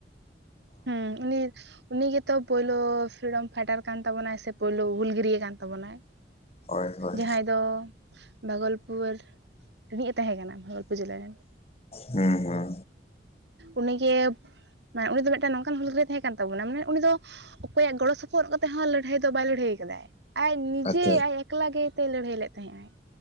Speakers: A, on the right (about 80°); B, on the left (about 35°).
A: ᱦᱩᱸ ᱩᱱᱤ ᱩᱱᱤ ᱜᱮᱛᱚ ᱯᱩᱭᱞᱳ ᱯᱷᱨᱤᱰᱚᱢ ᱯᱷᱟᱭᱴᱟᱨ ᱠᱟᱱ ᱛᱟᱵᱚᱱᱟᱭ ᱥᱮ ᱯᱩᱭᱞᱩ ᱦᱩᱞᱜᱟᱹᱨᱤᱭᱟᱹ ᱠᱟᱱ ᱛᱟᱵᱚᱱᱟᱭ᱾
B: ᱦᱳᱭ ᱦᱳᱭ
A: ᱡᱟᱦᱟᱸᱭ ᱫᱚ ᱵᱷᱟᱜᱚᱞᱯᱩᱨ ᱨᱤᱱᱤᱡᱮ ᱛᱟᱦᱮᱸ ᱠᱟᱱᱟ ᱵᱷᱟᱜᱚᱞᱯᱩᱨ ᱡᱮᱞᱟ ᱨᱮᱱ᱾
B: ᱦᱮᱸ ᱦᱮᱸ
A: ᱩᱱᱤᱜᱮ ᱢᱟᱱᱮ ᱩᱱᱤ ᱫᱚ ᱢᱤᱫᱴᱟᱱ ᱱᱚᱝᱠᱟᱱ ᱦᱩᱞᱜᱟᱹᱨᱤᱭᱟᱹ ᱛᱟᱦᱮᱸ ᱠᱟᱱ ᱛᱟᱵᱚᱱᱟ ᱢᱟᱱᱮ ᱩᱱᱤ ᱫᱚ ᱚᱠᱚᱭᱟᱜ ᱜᱚᱲᱚ ᱥᱚᱯᱚᱦᱚᱫ ᱠᱟᱛᱮ ᱦᱚᱸ ᱞᱟᱹᱲᱦᱟᱹᱭ ᱫᱚ ᱵᱟᱭ ᱞᱟᱹᱲᱦᱟᱹᱭ ᱟᱠᱟᱫᱟᱭ᱾ ᱟᱡ ᱱᱤᱡᱮ
B: ᱟᱪᱪᱷᱟ
A: ᱟᱡ ᱮᱠᱞᱟ ᱜᱮ ᱛᱮᱭ ᱞᱟᱹᱲᱦᱟᱹᱭ ᱞᱮᱫ ᱛᱟᱦᱮᱸᱜ ᱟᱭ᱾